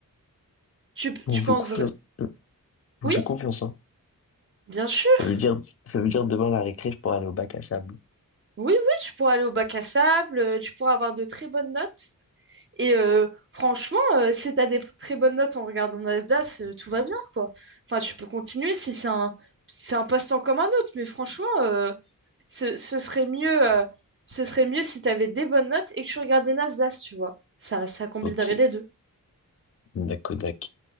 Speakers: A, on the right; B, on the left.
A: Tu, tu
B: on vous
A: penses...
B: fait confiance. On
A: Oui,
B: vous fait confiance, hein.
A: bien sûr.
B: Ça veut dire, ça veut dire demain à la récré, je pourrais aller au bac à sable.
A: Oui, oui, tu pourras aller au bac à sable, euh, tu pourras avoir de très bonnes notes. Et euh, franchement, euh, si tu as des très bonnes notes en regardant Nasdaq, euh, tout va bien, quoi. Enfin, tu peux continuer si c'est un, c'est un passe-temps comme un autre, mais franchement, euh, ce, ce serait mieux, euh, ce serait mieux si tu avais des bonnes notes et que tu regardais Nasdaq, tu vois. Ça, ça combinerait
B: Ok,
A: les deux.
B: Nakodak.